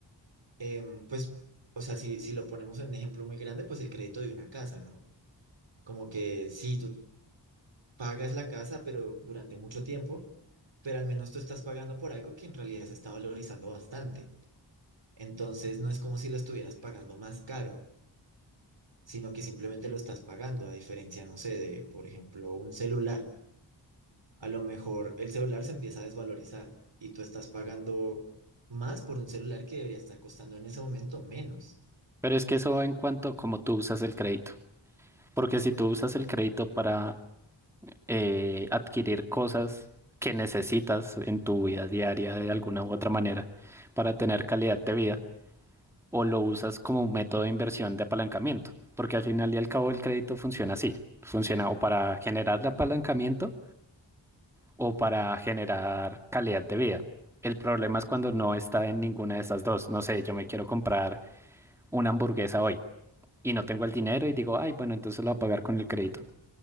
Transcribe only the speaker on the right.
em, pues, o sea, si, si lo ponemos en un ejemplo muy grande, pues el crédito de una casa, ¿no? Como que si tú pagas la casa, pero durante mucho tiempo, pero al menos tú estás pagando por algo que en realidad se está valorizando bastante. Entonces no es como si lo estuvieras pagando más caro, sino que simplemente lo estás pagando, a diferencia, no sé, de, por ejemplo, un celular. A lo mejor el celular se empieza a desvalorizar y tú estás pagando más por un celular que debería estar costando en ese momento menos.